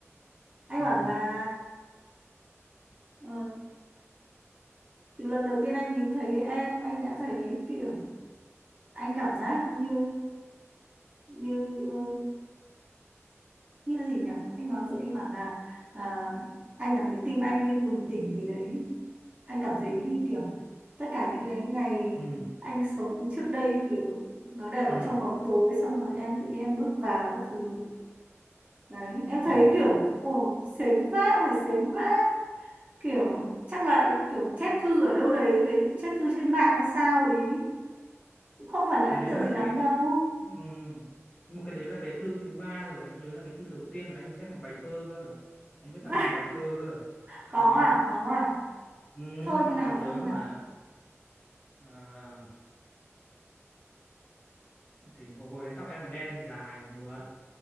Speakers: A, on the right; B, on the left.
A: anh
B: ừ
A: bảo là ờ, từ lần đầu tiên anh nhìn thấy em anh đã thấy kiểu anh cảm giác như như ờ, như là gì nhỉ anh nói gì anh bảo là à, anh cảm thấy tim anh như bừng tỉnh gì đấy anh cảm thấy như kiểu tất cả những cái ngày
B: ừ
A: anh sống trước đây kiểu nó đều ở
B: ừ
A: trong bóng tối xong rồi em tự nhiên em bước vào các thứ đấy em
B: ừ
A: thấy
B: ừ.
A: kiểu ồ sến vãi phải sến vãi kiểu chắc lại kiểu chép thư ở đâu đấy lấy chép thư trên mạng hay sao ý cũng không phải là
B: cái
A: ấn
B: đấy
A: tượng
B: là
A: gì lắm
B: cái
A: đâu
B: ừm, nhưng mà cái đấy là cái thư thứ ba rồi anh nhớ là cái thư đầu tiên là anh chép một bài thơ cơ anh viết
A: vãi
B: tặng em một bài thơ cơ
A: có
B: ừ,
A: à có à
B: ừ
A: thơ như
B: anh
A: nào
B: còn nhớ
A: thơ như nào
B: mà à, thì hồi hồi đấy tóc em đen dài mượt